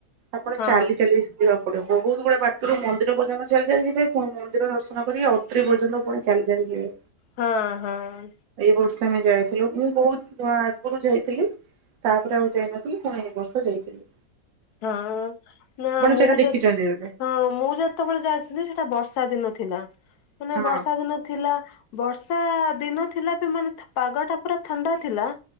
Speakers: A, on the right; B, on the left.
A: ଆପଣ
B: ହଁ ହଁ
A: ଚାଲି ଚାଲି ଯିବାକୁ ପଡିବ ବ ବହୁତ ଗୁଡେ ବାଟରୁ ମନ୍ଦିର ପର୍ଯ୍ୟନ୍ତ ଚାଲି ଚାଲିଯିବେ, ପୁଣି ମନ୍ଦିର ଦର୍ଶନ କରି ଅତ୍ରୀ ପର୍ଯ୍ୟନ୍ତ ପୁଣି ଚାଲି ଚାଲି ଯିବେ।
B: ହଁ ହଁ।
A: ଏଇ ବର୍ଷେ ଆମେ ଯାଇଥିଲୁ ମୁଁ ବହୁତ ଆଗରୁ ଯାଇଥିଲି। ତାପରେ ଆଉ ଯାଇନଥିଲି ଫୁଣି ଏ ବର୍ଷ ଯାଇଥିଲୁ।
B: ହଁ ନା ମୁଁ
A: ସେଇଟା ଦେଖିଛନ୍ତି
B: ଯେ
A: ବୋଧେ
B: ହଁ ମୁଁ ଯେତେବେଳେ ଯାଇଥିଲି ସେଟା ବର୍ଷା ଦିନ ଥିଲା ମାନେ
A: ହଁ
B: ବର୍ଷା ଦିନ ଥିଲା। ବର୍ଷା ଦିନ ଥିଲା ବି ମାନେ ପାଗଟା ପୁରା ଥଣ୍ଡା ଥିଲା।